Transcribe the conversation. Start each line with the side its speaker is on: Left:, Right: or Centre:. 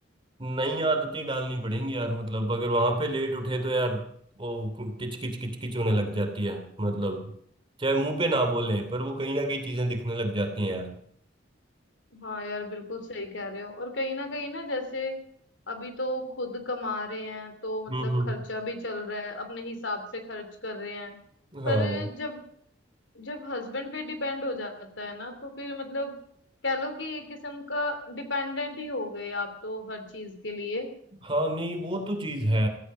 Right: नई आदतें डालनी पड़ेंगी यार मतलब अगर वहां पे लेट उठे तो यार वो किच किच किच किच होने लग जाती है मतलब चाहे मुंह पे ना बोलें पर वो कहीं ना कहीं चीजें दिखने लग जाती हैं यार
Left: हाँ यार बिल्कुल सही कह रहे हो और कहीं ना कहीं ना जैसे अभी तो खुद कमा रहे हैं तो मतलब
Right: हम्म हम्म
Left: खर्चा भी चल रहा है अपने हिसाब से खर्च कर रहे हैं
Right: हाँ
Left: पर जब जब हस्बैंड पे डिपेंड हो जाता है ना तो फिर मतलब कह लो कि एक किस्म का डिपेंडेंट ही हो गए आप तो हर चीज के लिए
Right: हाँ नहीं वो तो चीज है